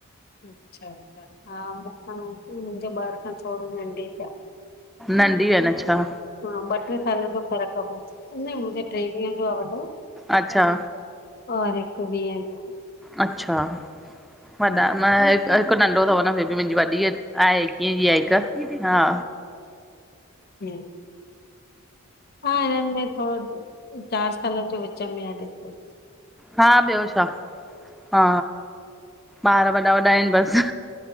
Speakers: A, on the left (about 45°); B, in the centre.
A: अच्छा- अच्छा, हा मुखां मुंहिंजे ॿार खां थोरो नंढे थ आह <unintelligible>
B: नंढी अ न छा?
A: हा ॿ टे साल जो फ़र्कु आ पो, न मुंहिजो टेवीह जो आहे वॾो।
B: अच्छा
A: और हिकु वीहें जो।
B: अच्छा,
A: हम्म,
B: वॾा हिकु नंढो अथव न फिर बि मुंहिंजी वॾी आहे। कीअ जी आहे हिकु। हा,
A: ईअं हा, हिननि में थोड़ो चारि सालु जो विच में आ डिफरेंस।
B: हा, ॿियो छा। हा, ॿारि वॾा-वॾा आहिनि बसि।